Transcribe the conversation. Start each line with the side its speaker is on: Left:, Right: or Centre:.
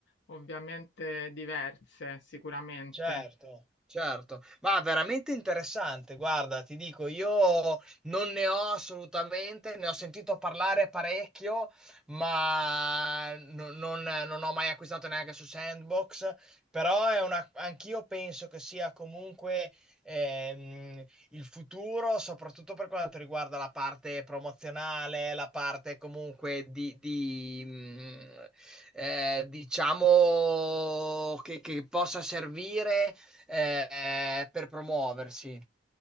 Left: ovviamente diverse, sicuramente.
Centre: Certo, certo, ma veramente interessante, guarda, ti dico, io non ne ho assolutamente, ne ho sentito parlare parecchio, ma no- non, non ho mai acquistato neanche su Sandbox, però è una, anch'io penso che sia comunque ehm, il futuro, soprattutto per quanto riguarda la parte promozionale, la parte comunque di, di, mh, eh, diciamo che, che possa servire eh, per promuoversi.